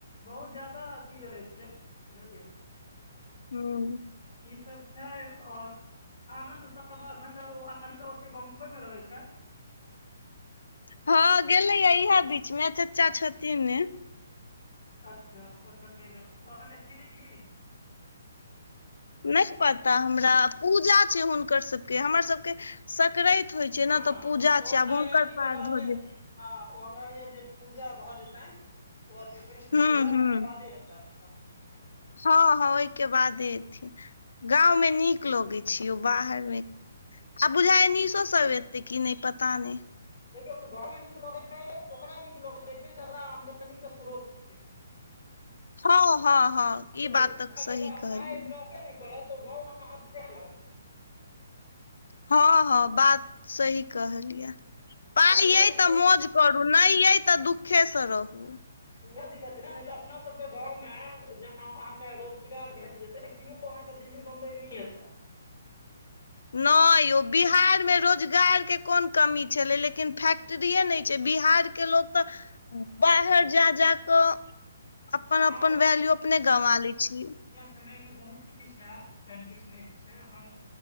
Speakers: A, on the left (about 45°); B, on the left (about 90°).
A: बहुत ज्यदा अथी रहै छै बुझलियै
B: हू
A: ई सब छै आओर आनंद सब अखन आनंद ओते बम्बई में रहे छै।
B: हँ गेले हऽ इएह बीच मे चाचा छथिन
A: अच्छा ओ छथिने ओ अथिन ने की
B: नहि पता हमरा पूजा छै हुनकर सबके हमर सबके सक्राति होइ छै ने
A: हँ
B: तऽ पूजा
A: ओ
B: छै
A: हमरा
B: आब
A: होइया
B: हुंकर
A: अथी
B: पार
A: के बादे
B: भऽ जेत
A: हँ ओ हमरा ये जे पूजा भऽ जेतनि ओ अथी कृष्ण
B: हूँ
A: पूजा
B: हूँ
A: तकर बादे हेतय तेतय
B: हँ हँ ओहिके बादे एथिन गाँवमे नीक लगै छै ओ बाहर मे आ बुझाइ निसो सब एते किी नहि पता नहि
A: देखिय गाँंव में निक लगे छै ओकरा नीक लगे छै जेकरा आमदनी के स्रोत छै।
B: हँ हँ हँ
A: <unintelligible>
B: ई बात तऽ
A: हमरा
B: सही
A: कहि कऽ
B: कहलियै
A: पाय रहबे नऽ करत तऽ गाँव मऽ आहाँ कऽ केहन लागत
B: हँ हँ बात सही कहलियै। पाइ
A: आ ईहाय
B: अइ
A: जे छैय
B: तऽ मौज करू नहि यऽ तऽ दुखे से रहू।
A: उएह दिक्कत छै नऽ नहि तऽ अपना सबके गाँवमे ज अहाँके रोजगार भेट जेतै तऽ केओ ओ अहाँकेँ दिल्ली बम्बई नहि ऐतैय।
B: नहि यौ बिहारमे रोजगारके कोन कमी छलै, लेकिन फैक्ट फैक्ट्री नहि छै, बिहारके लोक तऽ बाहर जा जा कऽ अपन
A: आबै
B: अपन वैल्यू अपने गवा लै छीिय।
A: समयमे बहुत किछु हेयत एहन किछु नहि छै अखन